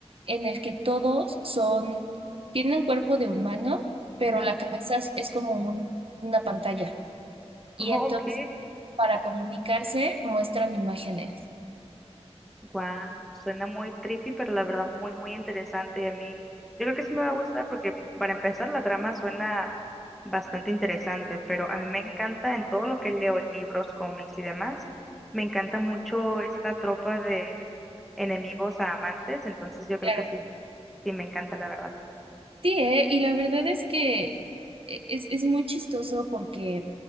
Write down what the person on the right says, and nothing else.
en el que todos son, tienen cuerpo de humano, pero
la cabeza es es como un- una pantalla. Y
entonces, para comunicarse, muestran imágenes.
Claro,
Sí, ¿eh? Y la verdad es que e- es, es muy chistoso porque